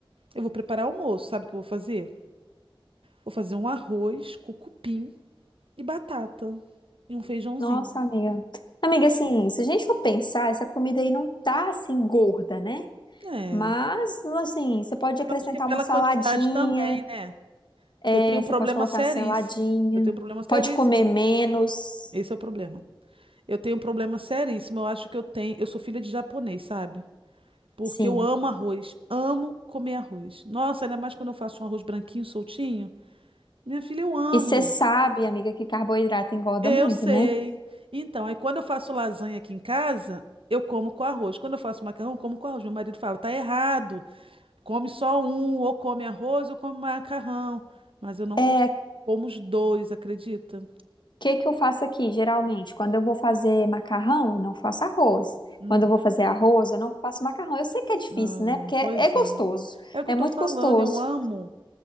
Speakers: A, on the right; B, on the left.
A: eu vou preparar almoço, sabe o que eu vou fazer? Vou fazer um arroz com cupim e batata e um feijãozinho.
B: Nossa, amiga. Amiga, assim, se a gente for pensar, essa comida aí não tá assim gorda, né?
A: É,
B: Mas,
A: eu
B: assim, você pode acrescentar
A: acho que é pela
B: uma saladinha,
A: quantidade também, né?
B: é,
A: Que eu tenho um
B: você
A: problema
B: pode colocar
A: seríssimo.
B: uma saladinha,
A: Eu tenho um problema seríssimo.
B: pode comer menos,
A: Esse é o problema. Eu tenho um problema seríssimo. Eu acho que eu tenho, eu sou filha de japonês, sabe? Porque
B: sim.
A: eu amo arroz, amo comer arroz. Nossa, ainda mais quando eu faço um arroz branquinho, soltinho. Minha filha, eu amo.
B: E você sabe, amiga, que carboidrato engorda
A: Eu
B: muito,
A: sei.
B: né?
A: Então, aí quando eu faço lasanha aqui em casa, eu como com arroz. Quando eu faço macarrão, eu como com arroz. Meu marido fala, tá errado. Come só um, ou come arroz, ou come macarrão. Mas eu não
B: É,
A: consigo. Como os dois, acredita?
B: que que eu faço aqui, geralmente? Quando eu vou fazer macarrão, eu não faço arroz.
A: Uhum.
B: Quando eu vou fazer arroz, eu não faço macarrão. Eu sei que é difícil,
A: Ah,
B: né? Porque é,
A: pois
B: é gostoso,
A: é. É o que
B: é
A: eu
B: muito
A: tô falando,
B: gostoso.
A: eu amo